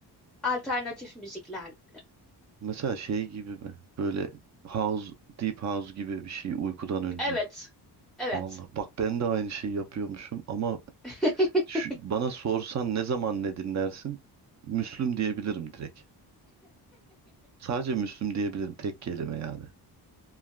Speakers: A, in the centre; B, on the right.
A: Alternatif müzikler gibi.
B: Mesela şey gibi mi? Böyle house, deep house gibi bir şey uykudan önce.
A: Evet. Evet.
B: Allah bak ben de aynı şeyi yapıyormuşum ama
A: <laughs>
B: şu- bana sorsan ne zaman ne dinlersin? Müslüm diyebilirim direkt. Sadece Müslüm diyebilirim tek kelime yani.